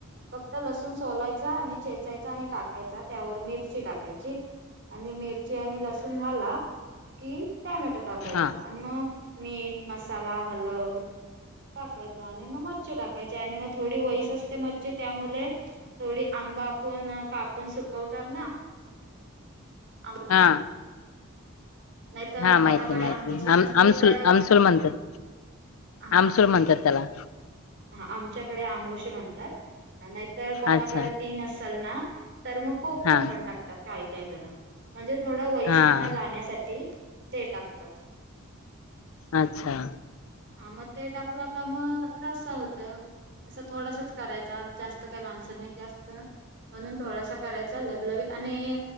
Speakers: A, on the right; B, on the left.
A: फक्त लसूण सोलायचा आणि चेचायचा आणि टाकायचा त्यावर मिरची टाकायची आणि मिरची आणि लसूण झाला कि टॅमॅटो टाकायचा
B: हा
A: आणि मग मीठ मसाला हलद टाकायच आणि मग मच्छी टाकायचे आणि मग थोडी वईस असते मच्छी त्यामुले थोडी आंबा आपण कापून सुकवतात ना. आम्हाला
B: हा.
A: नाही तर
B: हा
A: कोणाकडे
B: माहिती आहे माहिती
A: आंबोशी
B: आहे आ
A: नसली
B: आमसुल
A: तर
B: आमसुल म्हणतात.
A: हा
B: आमसूल म्हणतात त्याला.
A: हा आमच्याकडे आंबोशी म्हणतात. नाहीतर कोणाकडे
B: हा अच्छा
A: तीन असेल ना तर मग कोकम
B: हा
A: पण टाकतात. काही जण म्हणजे थोडा वईसपणा
B: हा
A: जाण्यासाठी ते टाकतात.
B: अच्छा.
A: हा मग ते टाकलं का मग रस्सा होतं. असं थोडासाच करायचा जास्त काही माणसं नाही जास्त म्हणून थोडासा करायचा ल आणि